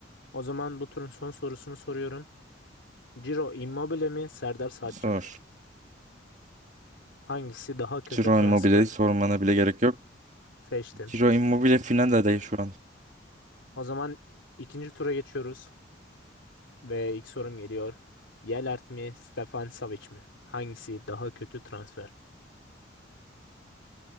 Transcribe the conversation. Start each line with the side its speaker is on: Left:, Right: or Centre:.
Left: O zaman bu turun son sorusunu soruyorum. Ciro Immobile mi? Serdar Saatçi
Right: Sor.
Left: mi? Hangisi daha kötü
Right: Ciro
Left: transfer?
Right: Immobile'yi sormana bile gerek yok.
Left: Seçtim.
Right: Ciro Immobile final adayı şu an.
Left: O zaman ikinci tura geçiyoruz. Ve ilk sorum geliyor. Yelert mi, Stefan Savic mi? Hangisi daha kötü transfer?